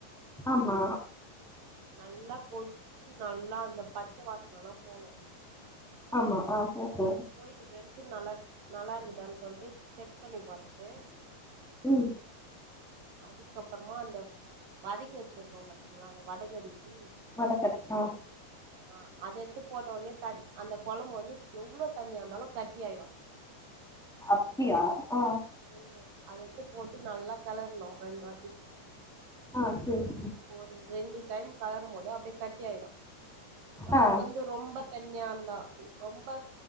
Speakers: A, in the centre; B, on the right (about 55°).
A: ஆமா
B: நல்லா கொதிச்சு நல்லா அந்தப் பச்ச வாசனயெல்லா போனு
A: ஆமா ஆ ஓஹோ
B: அது போயிட்டுபிருக்கு நல்லா நல்லா இருக்குதான் சொல்ட்டு செக் பண்ணி பாத்துட்டு
A: உம்
B: அதுக்கப்பறமா அந்த வதக்கிவச்சிருக்கோ பாத்தீங்களா அந்த வடகறி ஈ
A: வடசட்டி ஆ
B: ஆஹ் அதையெடுத்து போட்டஒண்ணே தன் அந்த கொளம்பு வந்து எவ்ளோ தண்ணிாயிருந்தாலு கட்டியாயிடு
A: அப்டியா ஆ
B: ம் அத எத்துப்போட்டு நல்லா கெளர்னு ரெண்டு வாட்டி
A: ஆஹ் செர் செ
B: ஒரு ரெண்டு டைம் களறும்போது அப்டே கட்டியாயிடு நம்மளுக்கு
A: ஆ
B: வந்து ரொம்ப தண்ணியாந்தா ரொம்ப